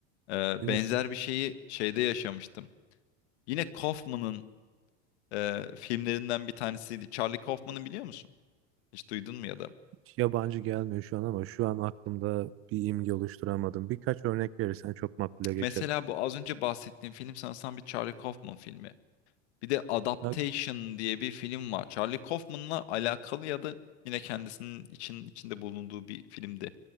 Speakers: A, on the left; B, on the right.
A: Ee,
B: Değil
A: benzer
B: mi?
A: bir şeyi şeyde yaşamıştım. Yine Kaufman'ın e, filmlerinden bir tanesiydi. Charlie Kaufman'ı biliyor musun? Hiç duydun mu ya da?
B: Hiç yabancı gelmiyor şu an ama şu an aklımda bir imge oluşturamadım. Birkaç örnek verirsen çok makbule
A: Mesela
B: geçer.
A: bu az önce bahsettiğim film sanırsam bir Charlie Kaufman filmi. Bir de Adaptation
B: Ya,
A: diye bir film var. Charlie Kaufman'la alakalı ya da yine kendisinin için, içinde bulunduğu bir filmdi.